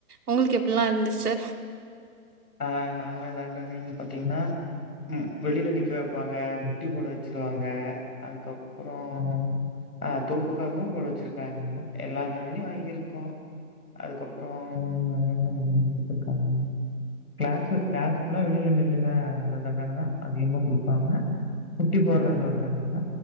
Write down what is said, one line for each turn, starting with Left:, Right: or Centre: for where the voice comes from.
Right: உங்களுக்கு எப்புட்லா இருந்துச்சு
Left: ஆ நாங்க தண்டனைன்னு பாத்தீங்ன்னா ம் வெளில நிக்க வெப்பாங்க முட்டி போட வெச்சிருவாங்க அதுக்கப்புறோ அ தோப்புக்காரனும் போட வெச்சிருக்காங்க எல்லா தண்டனையும் வாங்கியிருக்கோ அதுக்கப்புறோ வேற என்ன தண்டன குத்துருக்காங்க கிளாஸு கிளாஸ் ஃபுல்லா வெளில நில்லுங்க அந்த தண்டன தா அதிகமா குடுப்பாங்க முட்டி போட்றது ஒரு தண்டன